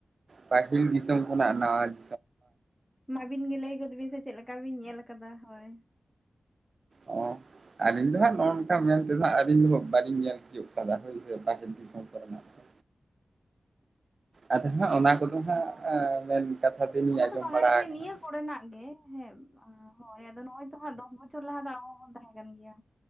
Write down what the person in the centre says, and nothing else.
ᱢᱟ ᱟᱹᱵᱤᱱ ᱜᱮ ᱞᱟᱹᱭ ᱜᱚᱫ ᱵᱤᱱ ᱥᱮ ᱪᱮᱫᱠᱟ ᱵᱤᱱ ᱧᱮᱞ ᱟᱠᱟᱫᱟ ᱦᱳᱭ
ᱚ
ᱚᱱᱟ
ᱫᱚ ᱵᱟᱝᱟ
ᱡᱮ
ᱱᱤᱭᱟᱹ ᱠᱚᱨᱮᱱᱟᱜ ᱜᱮ ᱦᱮᱸ ᱦᱳᱭ ᱟᱫᱚ ᱱᱚ ᱚᱭ ᱛᱚ ᱦᱟᱸᱜ ᱫᱚᱥ ᱵᱚᱪᱷᱚᱨ ᱞᱟᱦᱟ ᱫᱚ ᱟᱵᱚ ᱵᱚᱱ ᱛᱟᱦᱮᱸ ᱠᱟᱱ ᱜᱮᱭᱟ